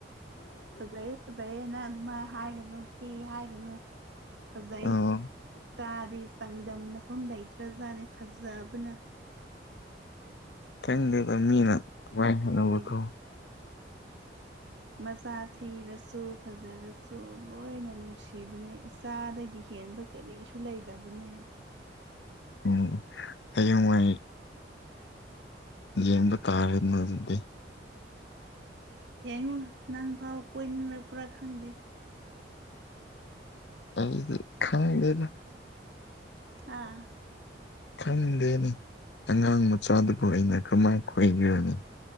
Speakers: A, on the right; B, on the left.
A: ꯐꯖꯩꯌꯦ ꯐꯖꯩꯌꯦ ꯅꯪ ꯑꯗꯨꯃꯥꯏ ꯍꯥꯏꯒꯅꯨ ꯊꯤ ꯍꯥꯏꯒꯅꯨ ꯐꯖꯥꯏ
B: ꯑꯣ
A: ꯏꯆꯥꯗꯤ ꯆꯥꯡꯗꯝꯅꯐꯝ ꯂꯩꯇ꯭ꯔꯖꯥꯠꯅꯤ ꯐꯖꯕꯅ
B: ꯈꯪꯗꯦꯗ ꯃꯤꯅ ꯑꯗꯨꯃꯥꯏ ꯍꯥꯏꯅꯕꯗꯣ
A: ꯃꯃꯥꯁꯤꯡꯒꯤꯗꯤ ꯃꯆꯥ ꯊꯤꯔꯁꯨ ꯐꯖꯔꯁꯨ ꯂꯣꯏꯅ ꯅꯨꯡꯁꯤꯕꯅꯦ ꯏꯆꯥꯗꯒꯤ ꯍ‌ꯦꯟꯕ ꯀꯔꯤꯁꯨ ꯂꯩꯇꯕꯅꯦ
B: ꯎꯝ ꯍꯌꯦꯡ ꯋꯥꯥꯏ ꯌꯦꯡꯕ ꯇꯥꯔꯦꯗꯅ ꯑꯗꯨꯗꯤ
A: ꯌꯥꯡꯉꯣ ꯅꯪ ꯐꯥꯎ ꯀꯣꯏꯅꯤꯡꯔꯛꯄ꯭ꯔꯥ ꯈꯪꯗꯦ
B: ꯑꯩꯗꯤ ꯈꯪꯗꯦꯗ
A: ꯑꯥ
B: ꯈꯪꯗꯦꯅꯦ ꯑꯉꯥꯡ ꯃꯆꯥꯗꯨꯕꯨ ꯑꯩꯅ ꯀ꯭ꯔꯃꯥꯏ ꯀꯣꯏꯒꯦꯔꯥꯅꯤ